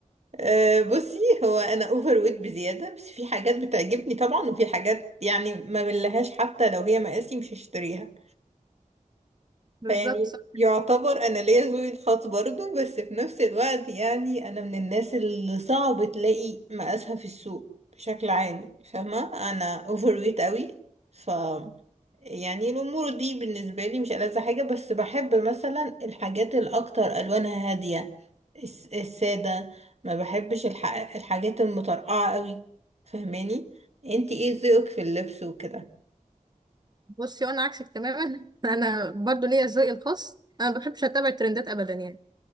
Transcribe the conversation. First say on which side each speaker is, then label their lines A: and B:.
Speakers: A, on the right (about 50°); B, on the right (about 30°).
A: أه بصي هو انا اوفر ويت بزياده بس في حاجات بتعجبني طبعا وفي حاجات يعني ما بلهاش حتى لو هي مقاسي مش هشتريها
B: بالظبط
A: فيعني
B: صح
A: يعتبر انا ليا ذوقي الخاص برضو بس في نفس الوقت يعني انا من الناس اللي صعب تلاقي مقاسها في السوق بشكل عام فاهمة انا اوفر ويت قوي ف يعني الامور دي بالنسبة لي مش ألذ حاجة بس بحب مثلا الحاجات الاكتر الوانها هادية الس- السادة ما بحبش الح... الحاجات المطرقعة قوي فاهماني انتي ايه ذوقك في اللبس وكده
B: بصي وانا عكسك تماما <laughs> انا برضو ليا ذوقي الخاص انا ما بحبش اتابع الترندات ابدا يعني